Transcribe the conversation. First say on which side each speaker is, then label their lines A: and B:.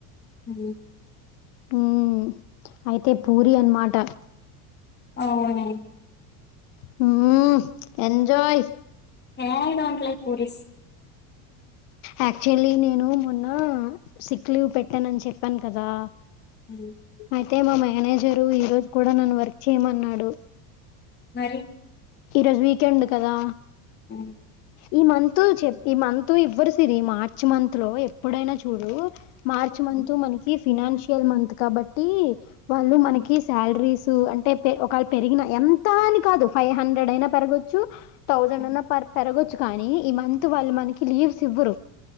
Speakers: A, on the left; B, on the left.
A: హ
B: ఉమ్మ్ అయితే పూరి అనమాట
A: అవును
B: హ ఎజాయ్
A: ఏ ఇద ఉండలే పూరిస్
B: యాక్చువల్లీ నేను మొన్న సిక్ లీవ్ పెట్టాన అని చెప్పాను కదా
A: జ
B: అయితే మా మేనేజరు ఈరోజు కూడా నన్ను వర్క్ చేయమన్నాడు.
A: మరి
B: ఈ రోజు వీకెండ్ కదా
A: అ
B: ఈ మంత్ చె ఈ మంత్ ఇవ్వరుసిరి ఈ మార్చ్ మంత్ లో ఎప్పుడైనా చూడు మార్చ మంత్
A: హ్మ్.
B: మనకి ఫినాన్షియల్ మంత్ కాబట్టి. వాళ్ళు మనకి
A: హ్మ్.
B: శాలరీస్. అంటే ఒకవళ పెరిగిన ఎంత అని కాదు ఫైవ్ హండ్రెడ్ అయినా పెరగొచ్చు థౌసండ్
A: హ్మ్.
B: అన్న పర్ పెరగ వచ్చు కానీ ఈ మంత్ వాళ్ళు మనకి లీవ్స్ ఇవ్వరు